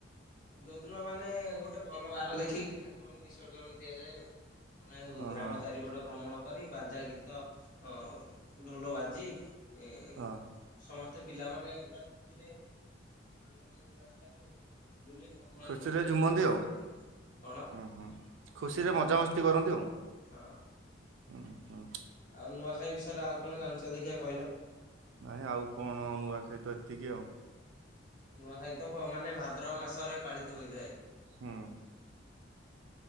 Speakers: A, on the left; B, on the right.
A: ଯୋଉଦିନ ମାନେ ଗୋଟେ ଭଲ ବାର ଦେଖିକି ଠାକୁରଙ୍କୁ ବିସର୍ଜନ ଦିଆଯାଏ ଆଉ। ମାନେ
B: ହଁ
A: ଗ୍ରାମ
B: ହଁ।
A: ଚାରିପଟ ଭ୍ରମଣ କରି ବାଜା, ଗୀତ, ଅ ଢୋଲ ବାଜି ଇ
B: ହଁ
A: ସମସ୍ତେ ପିଲାମାନେ ପୁରା ଖୁସିରେ ଆନନ୍ଦ ଉଲ୍ଲାସରେ ବୁଲି ଠାକୁରଙ୍କୁ
B: ଖୁସିରେ
A: ବିଶର୍ଜନ
B: ଝୁମନ୍ତି ଆଉ
A: ଦେଇଥାନ୍ତି କଣ?
B: ହୁଁ ହୁଁ ଖୁସିରେ ମଜାମସ୍ତି କରନ୍ତି ଆଉ
A: ହଁ
B: ଉଁହୁଁ।
A: ଆଉ ନୂଆଖାଇ ବିଷୟରେ ଆଉ କଣ ଜାଣିଚ ଦେଖିଆ କହିଲ?
B: ନାଇଁ ଆଉ କଣ ନୂଆଖାଇ ତ ଏତିକି ଆଉ।
A: ନୂଆଖାଇ ତ ବ ମାନେ ଭାଦ୍ରବ ମାସରେ ପାଳିତ ହୋଇଥାଏ।
B: ହୁଁ।